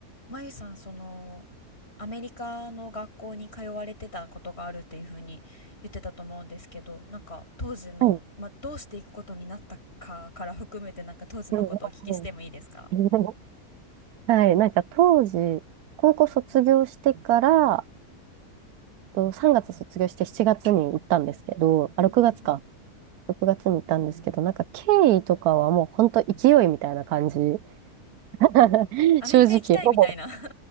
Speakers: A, on the left; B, on the right.
A: まゆさん、その、アメリカの学校に通われてたことがあるっていうふうに言ってたと思うんですけど、なんか当時の、
B: はい。
A: まあ、どうしていくことになったかから含めて、なんか当時のことをお聞きしてもいいですか
B: うん、うんうん <laughs> はい。なんか当時、高校卒業してから、
A: うん
B: と3月卒業して7月に行ったんですけど、
A: うんうん
B: あ、6月か。6月に行ったんですけど、なんか経緯とかはもう本当勢いみたいな感じ。<laughs>
A: アメリカ行きたいみたいな
B: 正直、ほぼ、
A: <laughs>